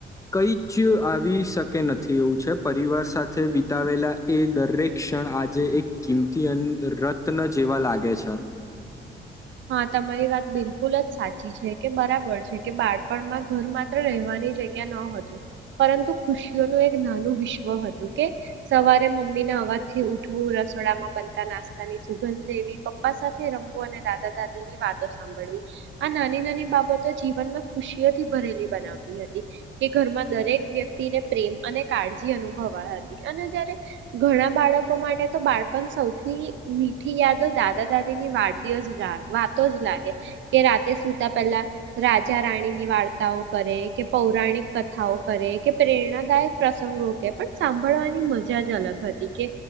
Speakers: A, on the left; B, on the right.
A: કંઈ જ આવી શકે નથી એવું છે. પરિવાર સાથે વિતાવેલા એ દરેક ક્ષણ આજે એક કિંમતી અને રત્ન જેવા લાગે છે.
B: હા, તમારી વાત બિલકુલ જ સાચી છે. કે બરાબર છે. કે બાળપણ પણ ઘર માત્ર રહેવાની જગ્યા ન હતું, પરંતુ ખુશીઓનું એક નાનું વિશ્વ હતું. કે સવારે મમ્મીને અવાજથી ઉઠવું, રસોડામાં બનતા નાસ્તા ની સુગંધ લેવી, પપ્પા સાથે રમવું અને દાદી સાથે દાદી ની વાતો સાંભળવી, આ નાની નાની બાબતો જીવનમાં ખુશીઓથી ભરેલી બનાવતી હતી. કે ઘરમાં દરેક વ્યક્તિને પ્રેમ અને કાળજી અનુભવા હતી. અને જયારે ઘણા બાળકો માટે તો બાળપણ સૌથી મીઠી યાદો દાદા દાદી ની વાર્તા જ વાતો જ લાગે કે, રાતે સુતા પહેલા રાજા રાણીની વાર્તાઓ કરે કે, પૌરાણિક કથાઓ કરે કે, પ્રેરણાદાયક પ્રસંગો કે પણ સાંભળવાની મજા જ અલગ હતી. કે